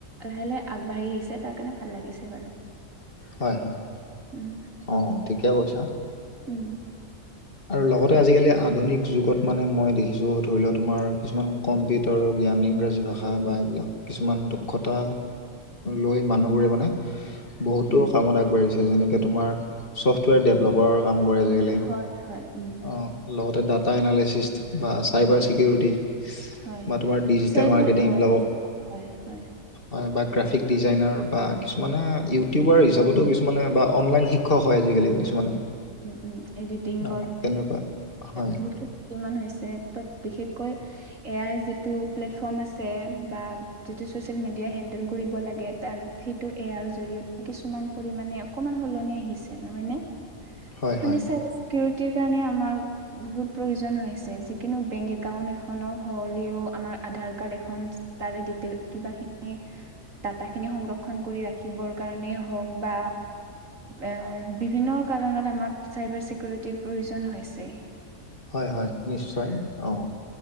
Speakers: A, on the right; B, on the left.
A: লাহে-লাহে আগবাঢ়ি আহিছে তাৰ কাৰণে ভাল লাগিছে বাৰু।
B: হয়-হয়
A: উম
B: অ' ঠিকে কৈছা।
A: উম।
B: আৰু লগতে আজিকালি আধুনিক যুগত মানে মই দেখিছোঁ ধৰি লোৱা তোমাৰ কিছুমান কম্পিউটাৰৰ জ্ঞান ইংৰাজী ভাষা বা এইবিলাক কিছুমান দুক্ষতা লৈ মানুহবোৰে মানে বহুতো
A: উম
B: কামত আগবাঢ়িছে যেনেকে তোমাৰ ছফ্টৱেৰ ডেভেলপৰ কাম কৰে আজিকালি।
A: হয় হয় উম
B: অ' লগতে ডাটা এনালিসিসট বা চাইবাৰ চিকিউৰিটি।
A: হয়
B: বা তোমাৰ ডিজিটেল
A: চ এইবাৰ
B: মাৰ্কেটিং
A: অ
B: এইবিলাকক
A: হয় হয়
B: হয় বা গ্ৰাফিক ডিজাইনাৰ বা কিছুমানে ইউটিউবাৰ হিচাপতো কিছুমানে বা অনলাইন শিক্ষা শিক্ষক হয় আজিকালি কিছুমানে।
A: উম, উম এডিটিংত
B: অ তেনেকুৱা হয়
A: বহুত কিমান হৈছে তাত বিশেষকৈ এ আই যিটো প্লেটফৰ্ম আছে বা যিটো ছচিয়েল মিডিয়া হেণ্ডেল কৰিব লাগে তাত সেইটো এ আই জৰিয়তে কিছুমান পৰিমানে অকমান সলনি আহিছে নহয় নে
B: হয়
A: মানে
B: হয়
A: চিকিউৰিটিৰ কাৰণে আমাৰ বহুত প্ৰয়োজন হয় আছে যিকোনো বেংক একাউন্ট এখনৰ হলেও আমাৰ আধাৰ কাৰ্ড এখন তাৰে ডিতেইল কিবা খিনি ডাটা খিনি সংৰক্ষণ কৰি ৰাখিবৰ কাৰণেই হওক বা এ বিভিন্ন কাৰণত আমাক চাইবাৰ চিকিউৰিটিৰ প্ৰয়োজন হৈছে।
B: হয়-হয় নিশ্চয় অ'।